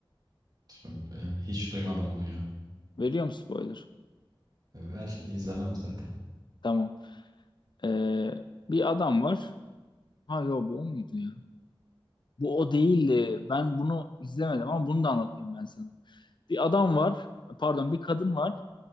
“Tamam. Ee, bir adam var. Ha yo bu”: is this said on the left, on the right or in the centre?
Left